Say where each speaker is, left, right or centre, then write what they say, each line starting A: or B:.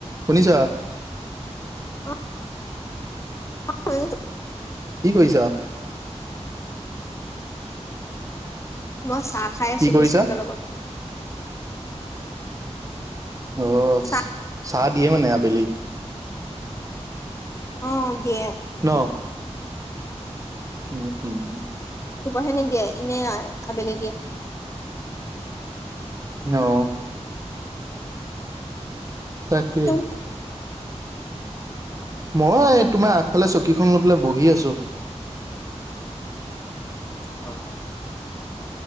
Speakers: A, on the right (about 30°); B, on the left (about 25°).
A: শুনিছা?
B: অ', <unintelligible>
A: কি কৰিছা?
B: মই চাহ খাই আছো
A: কি কৰিছা
B: বিস্কুটৰ লগত।
A: অঁ
B: চাহ
A: চাহ দিয়ে মানে আবেলি।
B: অ' দিয়ে।
A: ন উম, উম, উম।
B: দিবহে নিদিয়ে এনেই আবেলি দিয়ে।
A: অ'। তাকে।
B: তুম
A: মই তোমাৰ আগফালে চকীখন লৈ পেলাই বহি আছো।
B: অ'।